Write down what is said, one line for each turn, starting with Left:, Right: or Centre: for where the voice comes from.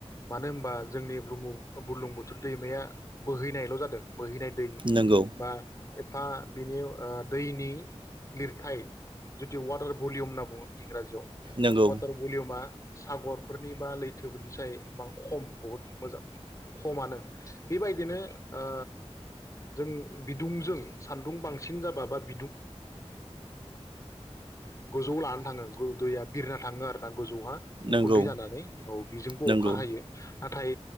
Left: मानो होमबा जोंनि ब्रह्म बुर्लुंबु थुर दैमाया बोहैनायल' जादों। बोहैनाय दै
Right: नंगौ
Left: बा बा बिनि ओ दैनि लिरथाय जुदि वाटार भलिउम होनना बुङो इंराजियाव
Right: नंगौ
Left: वाटार भलिमा सागरफोरनि बा लैथोफोरनि साय ब खम बहुत मोजां खमानो बेबायदिनो ओ जों बिदुंजों सान्दुं बांसिन जाबा बा <inaudible> गोजौ लानानै थाङो दैया बिरना थाङो आरोना गोजौहा उखुन्दै
Right: नंगौ
Left: जानानै औ बेजोंबो
Right: नंगौ
Left: अखा हायो। नाथाय